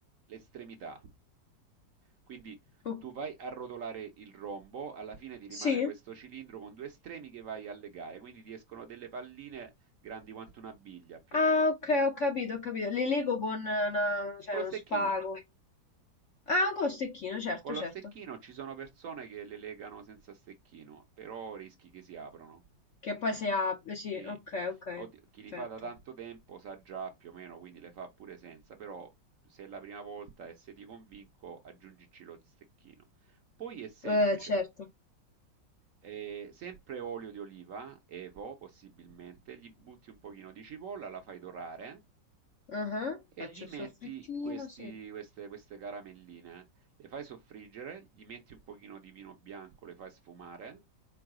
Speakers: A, on the right; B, on the left.
A: l'estremità. Quindi
B: O
A: tu vai a rotolare il rombo, alla fine ti rimane
B: sì?
A: questo cilindro con due estremi che vai a legare, quindi ti escono delle palline grandi quanto una biglia più o
B: Ah
A: meno.
B: okay, ho capito, ho capito. Le lego con eh, una cioè
A: Con lo
B: uno
A: stecchino.
B: spago. Ah, con lo stecchino, certo,
A: Con
B: certo.
A: lo stecchino ci sono persone che le legano senza stecchino, però rischi che si aprano.
B: Che poi si apre, sì,
A: Sì,
B: okay, okay,
A: Oddio, chi li
B: perfetto.
A: fa da tanto tempo sa già più o meno, quindi le fa pure senza, però se è la prima volta e se ti convinco, aggiungici lo stecchino. Poi è semplice.
B: Eh, certo.
A: Eh, sempre olio di oliva, evo possibilmente, gli butti un pochino di cipolla, la fai dorare
B: Ah-ah.
A: e
B: Faccio
A: gli metti
B: il soffrittino,
A: questi-
B: sì.
A: queste, queste caramelline. Le fai soffriggere, gli metti un pochino di vino bianco, le fai sfumare